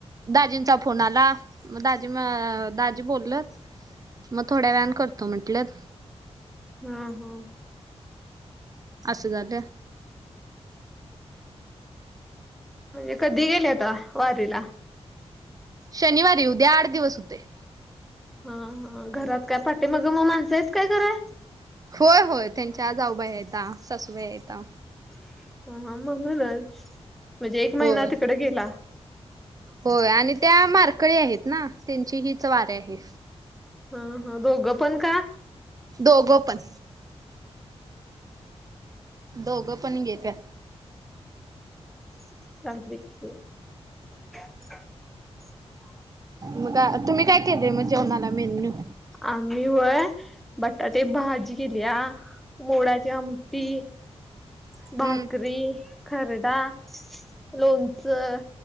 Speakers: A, on the right; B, in the centre.
A: दाजींचा फोन आला. मग दाजी, दाजी बोलल मग थोड्या व्यान करतो म्हटलत.
B: हम्म, हम्म
A: असं झाल.
B: एका दिलय आता वारीला,
A: शनिवारी उद्या आठ दिवस होते.
B: हा, हा, घरात काय पाटे माग म माणसं आहेत काय कराय?
A: होय, होय त्यांच्या जाऊबाया हाय त्या सासूबाई हाय त्या
B: हा, हा, म्हणूनच म्हणजे एक महिना
A: होय
B: तिकडे गेला
A: होय आणि त्या मारकळी आहेत ना त्यांची हीच वाऱ्या आहे.
B: हा, हा, दोघं पण का?
A: दोघ पन. दोघं पण घेत्या
B: सांगते की हो. <inaudible>
A: मग का तुम्ही काय केले मग जेवणाला मेन्यू?
B: आम्ही होय बटाटे भाजी केलीया, मोडाची आमटी
A: हम्म.
B: भाकरी, खरडा, लोणचं